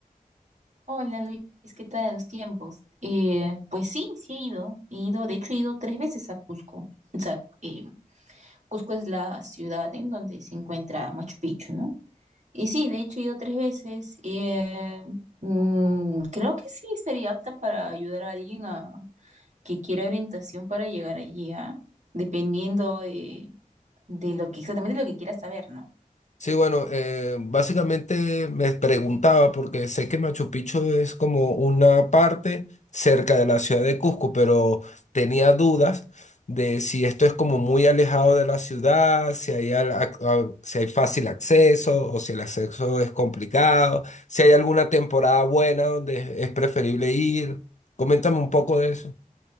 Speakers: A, on the right (about 55°); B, on the left (about 55°).
A: Hola Luis, ¿qué tal los tiempos? Eh, pues sí, sí he ido. He ido, de hecho he ido tres veces a Cusco. O sea, eh, Cusco es la ciudad en donde se encuentra Machu Picchu, ¿no? Y sí, de hecho he ido tres veces. eh, mm, creo que sí estaría apta para ayudar a alguien a, que quiera orientación para llegar allí, ¿ah? Dependiendo de, de lo que exactamente lo que quiera saber, ¿no?
B: Sí, bueno, eh, básicamente me preguntaba, porque sé que Machu Picchu es como una parte cerca de la ciudad de Cusco, pero tenía dudas de si esto es como muy alejado de la ciudad, si hay, al- ac- a- si hay fácil acceso o si el acceso es complicado, si hay alguna temporada buena donde es preferible ir. Coméntame un poco de eso.